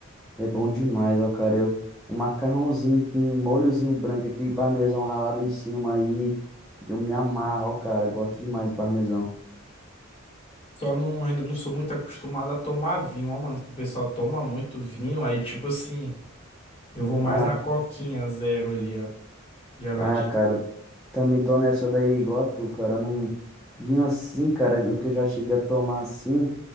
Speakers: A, in the centre; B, on the left.
A: É bom demais, ó, cara. Eu, um macarrãozinho com um molhozinho branco, aquele parmesão ralado em cima aí, eu me amarro, ó, cara, gosto demais do parmesão.
B: Só não, ainda não sou muito acostumado a tomar vinho, ó, mano, que o pessoal toma muito vinho, aí tipo assim, eu vou mais
A: Ah,
B: na coquinha zero ali, ó, geladinho.
A: ah, cara, também tô nessa daí igual a tu, cara, não vinho assim, cara, o que eu já cheguei a tomar assim,